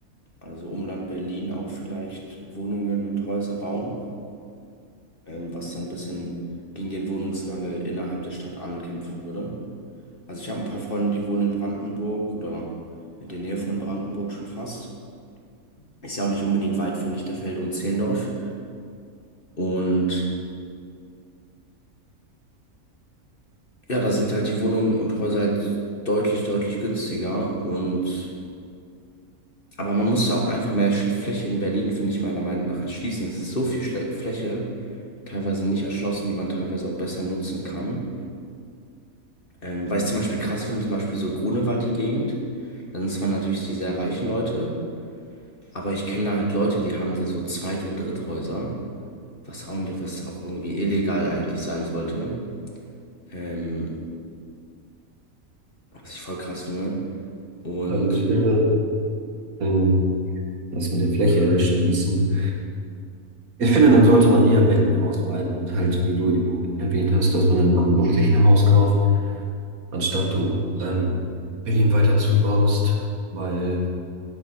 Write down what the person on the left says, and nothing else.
also Umland Berlin auch vielleicht Wohnungen und Häuser bauen, ähm, was dann ein bisschen gegen den Wohnungsmangel innerhalb der Stadt ankämpfen würde. Also ich habe ein paar Freunde, die wohnen in Brandenburg oder in der Nähe von Brandenburg schon fast. Ist ja auch nicht unbedingt weit von Lichterfelde und Zehlendorf. Und Ja, da sind halt die Wohnungen und Häuser halt deutlich, deutlich günstiger und aber man musste auch einfach mehr Schl- Fläche in Berlin, finde ich meiner Meinung nach, erschließen. Es ist so viel Schle Fläche, teilweise nicht erschlossen, die man teilweise auch besser nutzen kann. Ähm, weil ich zum Beispiel krass finde, zum Beispiel so Grunewald, die Gegend, da sind zwar natürlich die sehr reichen Leute, aber ich kenne da halt Leute, die haben da so Zweit- und Dritthäuser, was auch, nicht- was auch irgendwie illegal eigentlich sein sollte, ähm, was ich voll krass finde. Und